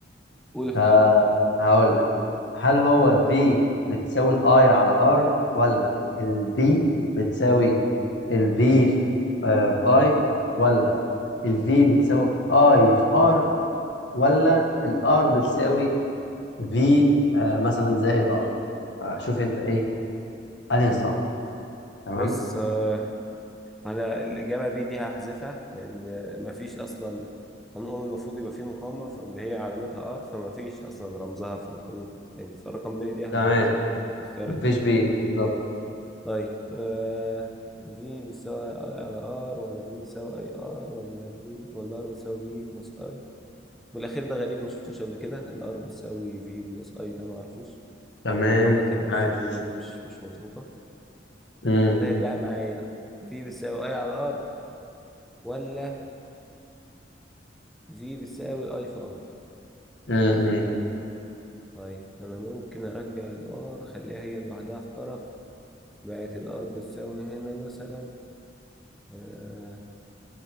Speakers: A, in the centre; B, on the left.
A: قول اختيارات
B: فهقول
A: طيب
B: هل هو V بتساوي ال I على R ولا ال B بتساوي ال V في آه، في I ولا ال V بتساوي I في R ولا ال R بتساوي V آه، مثلا زائد R فشوف انت ايه انهي
A: مم.
B: الصح تمام
A: بص آه، أنا الإجابة بي دي هحذفها لأن آه، مفيش أصلا قانون أول المفروض يبقى فيه مقاومة ف- اللي هي علامتها آر فمفيش أصلا رمزها في القانون التاني فالرقم بي دي أنا
B: تمام
A: هحذفها الاختيار
B: مفيش
A: التاني
B: B
A: يعني.
B: بالظبط
A: طيب آه، في بيساوي أي على آر ولا في بيساوي أي آر ولا في ولا آر بيساوي في بلس اي، والاخير ده غريب ما شفتوش قبل كده الار بتساوي في بلس اي ده ما اعرفوش
B: تمام
A: فغلط يعني
B: عاش
A: الفورمولا دي مش مش مظبوطه
B: امم
A: كده هيتبقى معايا في بتساوي اي على ار ولا في بتساوي اي في ار
B: امم
A: طيب انا ممكن ارجع الار اخليها هي لوحدها في طرف بقت الار بتساوي هنا مثلا آه